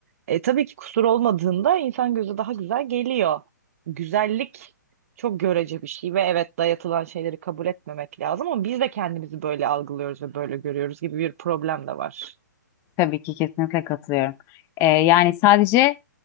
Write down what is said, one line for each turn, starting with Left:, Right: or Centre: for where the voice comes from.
Right: E, tabii ki kusur olmadığında insan gözü daha güzel geliyor. Güzellik çok görece bir şey ve evet dayatılan şeyleri kabul etmemek lazım ama biz de kendimizi böyle algılıyoruz ve böyle görüyoruz gibi bir problem de var.
Left: tabii ki kesinlikle katılıyorum. E, yani sadece